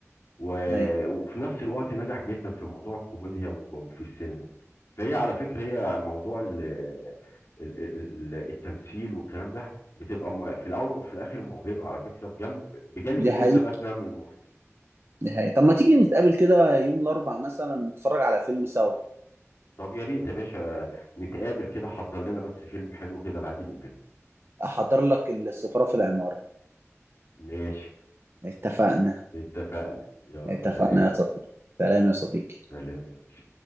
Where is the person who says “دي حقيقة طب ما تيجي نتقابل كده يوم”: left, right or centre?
Right